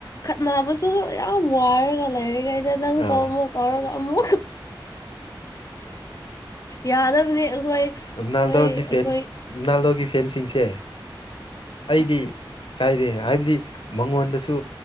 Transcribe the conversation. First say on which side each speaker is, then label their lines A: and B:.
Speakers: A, on the left; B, on the left.
A: ꯈꯠꯅꯕꯁꯨ ꯌꯥꯝ ꯋꯥꯔꯒ ꯂꯩꯥꯏꯔꯤꯉꯥꯏ ꯗꯗꯪ
B: ꯑꯥ
A: ꯀꯣ ꯃ ꯀꯔ ꯀꯃꯨ <inaudible> ꯌꯥꯗꯕꯅꯤ ꯑꯩꯈꯣꯏ ꯑꯩꯈꯣꯏ
B: ꯔꯣꯅꯥꯜꯗꯣꯒꯤ
A: ꯑꯩꯈꯣꯏ
B: ꯐꯦꯟꯁ ꯔꯣꯅꯥꯜꯗꯣꯒꯤ ꯐꯦꯟꯁꯤꯡꯁꯦ ꯑꯩꯗꯤ
A: ꯑꯁ
B: ꯀꯥꯏꯔꯦ ꯍꯥꯏꯕꯗꯤ ꯃꯉꯣꯟꯗꯁꯨ